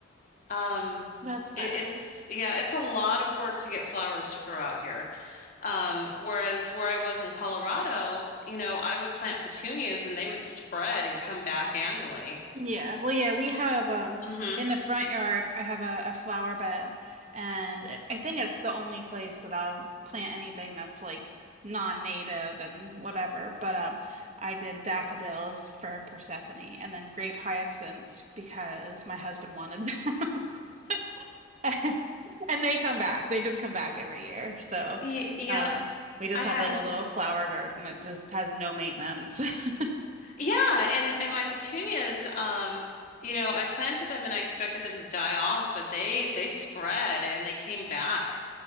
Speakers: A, on the left; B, on the right.
A: Um,
B: that's sad.
A: it, it's yeah, it's a lot of work to get flowers to grow out here. Um, whereas where I was in Colorado, you know, I would plant petunias and they would spread and come back annually.
B: Yeah. Well, yeah, we have um
A: Mm-hmm.
B: in the front yard, I have a, a flower bed and I I think it's the only place that I'll plant anything that's like non-native and whatever. But um I did daffodils for Persephone and then grape hyacinths because my husband wanted them. <laughs> <laughs> And they come back. They just come back every year. So,
A: Y yep,
B: um, we just
A: I
B: have
A: had.
B: like a little flower garden that just has no maintenance. <laughs>
A: Yeah, and and my petunias, um, you know, I planted them and I expected them to die off, but they they spread and they came back.